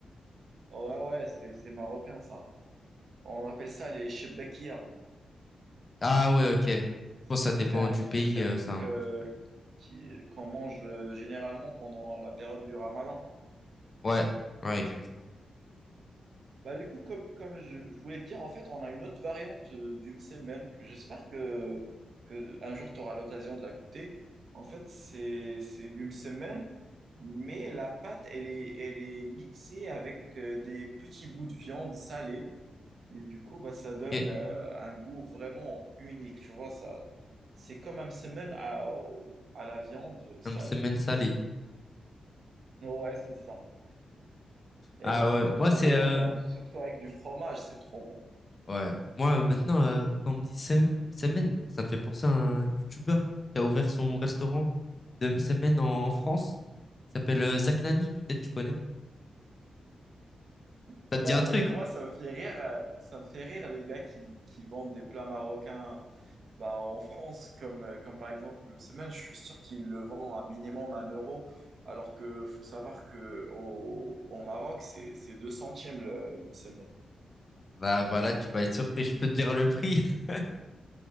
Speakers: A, on the right; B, on the left.
A: Ouais, ouais, c'est, c'est marocain, ça. On appelle ça les chebekia.
B: Ah ouais, ok. Je pense que ça
A: C'est
B: dépend
A: un
B: du
A: truc,
B: pays,
A: c'est un
B: euh,
A: truc
B: c'est un
A: euh,
B: nom différent.
A: qui qu'on mange euh, généralement pendant la période du Ramadan.
B: Ouais, ouais, exactement.
A: Bah du coup, comme, comme je, je voulais te dire, en fait, on a une autre variante euh, du msemen. que J'espère que, que un jour tu auras l'occasion de la goûter. En fait, c'est c'est du msemen, mais la pâte, elle est elle est mixée avec euh, des petits bouts de viande salée. Et du coup, bah, ça
B: Ok.
A: donne euh, un goût vraiment unique, tu vois, ça, c'est comme un semaine à, à la viande salée.
B: Un semaine salé
A: Ouais, c'est ça. Et
B: Ah
A: genre,
B: ouais,
A: c'est
B: moi
A: trop
B: c'est... euh,
A: bon. Surtout avec du fromage, c'est trop bon.
B: Ouais, moi euh, maintenant, euh, quand on me dit sem- semaine, ça me fait penser à un YouTuber qui a ouvert son restaurant de semaine en, en France. Il s'appelle euh, Zach Nani, peut-être tu connais.
A: Non,
B: Ça te dit un truc?
A: mais moi, ça me fait rire, euh, ça me fait rire les gars qui, qui vendent des plats marocains bah, en France, comme, euh, comme par exemple le semaine, je suis sûr qu'ils le vendent à minimum un euro, alors que faut savoir que au, au Maroc, c'est, c'est 2 centimes le, le msemen.
B: Bah, bah là, tu vas être surpris, je peux te dire le prix. <laughs>